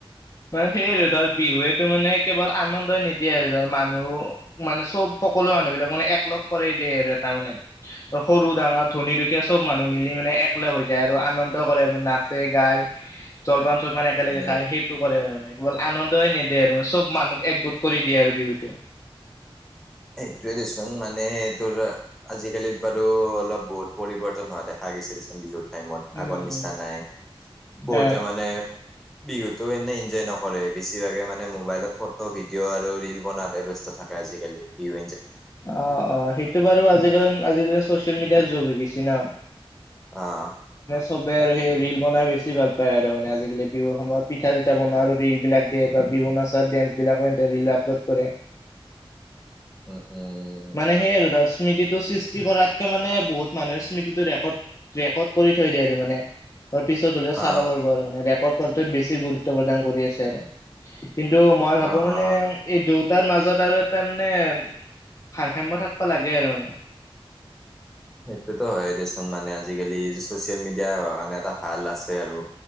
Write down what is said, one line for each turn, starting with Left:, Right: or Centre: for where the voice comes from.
Left: মানে সেইয়া আৰু ধৰ বিহুৱেতো মানে কেৱল আনন্দই নিদিয়ে আৰু ধৰ মানুহ মানে চব সকলো মানুহ বিলাক মানে একলগ কৰাই দিয়ে আৰু এটা মানে ত' সৰু, ডাঙৰ ধনী, দুখীয়া সব মানুহ মিলি মানে এককলা হৈ যায় আৰু আনন্দ কৰে আৰু নাচে গাই জলপান চল মানে একেলগে
Centre: এ
Left: খাই সেইটো কৰে মানে। ল আনন্দই নেদে আৰু চব মানুহ একগোট কৰি দিয়ে আৰু বিহুত
Centre: সেইটোয়ে দেচোন মানে সেইটো আজিকালিত বাৰু অলপ বহুত পৰিবৰ্তন হোৱা দেখা লাগিছে দে চোন বিহুত। টাইমত
Left: উম
Centre: আগৰ নিচিনা
Left: উম
Centre: নাই বহুতে
Left: এ
Centre: মানে বিহুতো এনে এনজয় নক কৰে বছিভাগে মানে মোবাইলত ফটো ভিডিঅ' আৰু ৰিল বনাতহে ব্যস্ত থাকে আজিকালি। ভিও
Left: অ', অ', সেইটো বাৰু আজিকাল আজিকালি ছ'চিয়েল মেডিয়াৰ যুগ হৈ গেছি ন'।
Centre: অ',
Left: সবেই আৰু সেই ৰিল বনাই বেছি ভাল পায় আৰু আজিকালি বিহুৰ সময়ত পিঠা চিঠা বনোৱা আৰু ৰিল বিলাক দিয়া বা বিহু নাচ স, ডেন্সবিলাক এনকে ৰিল আপলোড কৰে।
Centre: অ', অ',
Left: মানে সেই আৰু ধৰ স্মৃতিটো সৃষ্টি কৰাতকে মানে বহুত মানুহে স্মৃতিটো ৰেকৰ্ড ৰেকৰ্ড কৰি থৈ দিয়ে আৰু মানে। ত পিছত হ'লেও চাব
Centre: অ
Left: পাৰব আৰু মানে ৰেকৰ্ড কৰাটো বেছি গুৰুত্ব প্ৰদান কৰি আছে আৰু। কিন্তু মই ভাবো
Centre: অ
Left: মানে
Centre: অ
Left: এই দুয়োটাৰ মাজত আৰু এটা মানে ভাৰ খাম্য থাকব লাগে আৰু মানে
Centre: সেইটোতো হয়, দেচোন মানে আজিকালি চচিয়েল মিডিয়া হোৱা কাৰণে এটা ভাল আছে আৰু